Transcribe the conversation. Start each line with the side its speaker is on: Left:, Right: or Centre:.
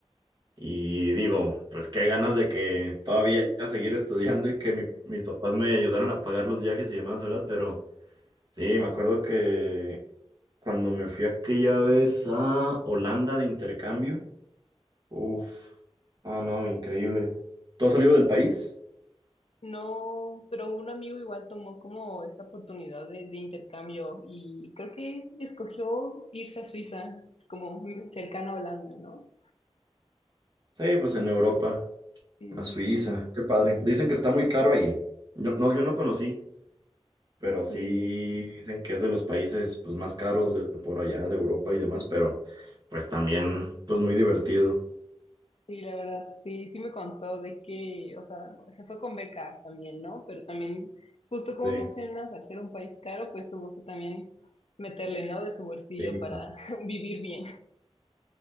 Right: y digo, pues qué ganas de que todavía seguir estudiando y que mi- mis papás me ayudaron a pagar los viajes y demás, ¿verdad? Pero sí, me acuerdo que Cuando me fui aquella vez a Holanda de intercambio. Uf. Ah, no, increíble. ¿Tú has salido del país?
Left: No, pero un amigo igual tomó como esta oportunidad de, de intercambio y creo que escogió irse a Suiza, como cercano a Holanda, ¿no?
Right: Sí, pues en Europa,
Left: Sí,
Right: a Suiza.
Left: sí.
Right: Qué padre. Dicen que está muy caro ahí. Yo no, yo no conocí, pero sí
Left: Sí. Sí.
Right: dicen que es de los países pues más caros de por allá, de Europa y demás, pero pues también pues muy divertido.
Left: Sí, la verdad, sí, sí me contó de que, o sea, se fue con beca también, ¿no? Pero también, justo como
Right: Sí,
Left: mencionas, al ser un país caro, pues tuvo que también meterle, ¿no? De su bolsillo
Right: sí,
Left: para
Right: claro.
Left: <laughs> vivir bien.